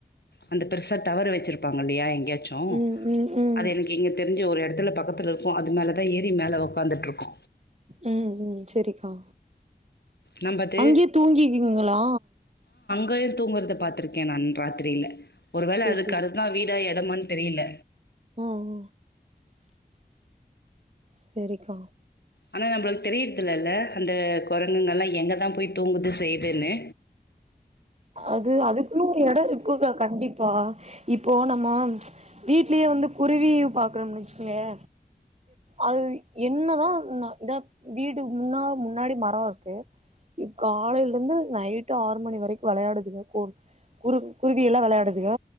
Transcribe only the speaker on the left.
அந்த பெருசா டவர் வெச்சுருப்பாங்கல்லயா எங் யாச்சு
அது எனக்கு இங்க தெரிஞ்ச ஒரு எடத் இதுல பக்கத்துல இருக்கு அது மேலதா ஏரி மேல ஒக்காந்துட்டுருக்கு
நம்ப அது
கையில தூங்கறத பாத்திருக்கே நா ராத்திரில ஒரு வேள
அதுக்கு அதுதா வீடா எ மானு தெரியல
ஆனா நம்மளுக்கு தெரியறதுலல்ல அந்த கொர ங்கல்லா எங்கதா போய் தூங்குது செய்துன்னு